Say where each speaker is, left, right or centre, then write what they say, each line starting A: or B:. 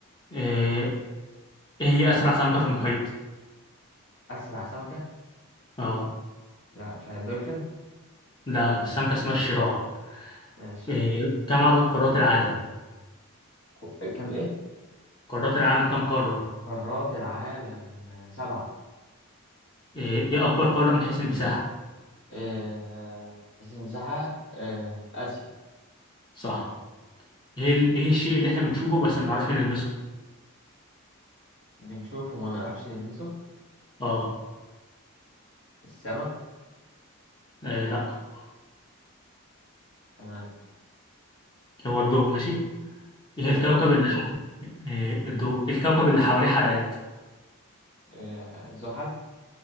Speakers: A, on the left; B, on the left.
A: إيه هي أسرع سمكة في المحيط
B: أسرع سمكة
A: اه
B: لا مش عارف دولفين
A: لا السمكة اسمها الشراع
B: ماشي
A: إيه كم عدد قارات العالم؟
B: كو- كام ايه
A: قارات العالم كم قارة؟
B: قارات العالم آه، سبعة
A: إيه إيه أكبر قارة من حيث المساحة؟
B: آه، حيث المساحة آه، آسيا
A: صح إيه ال... إيه الشيء اللي إحنا بنشوفه بس ما بنعرفش نلمسه؟
B: بنشوفه وما نعرفش نلمسه
A: اه
B: السما
A: إيه لا
B: تمام
A: هو الضوء ماشي إيه
B: هو
A: الكوكب
B: ايه
A: اللي ح... إيه الضوء إيه الكوكب اللي حواليه حلقات؟
B: آه، زحل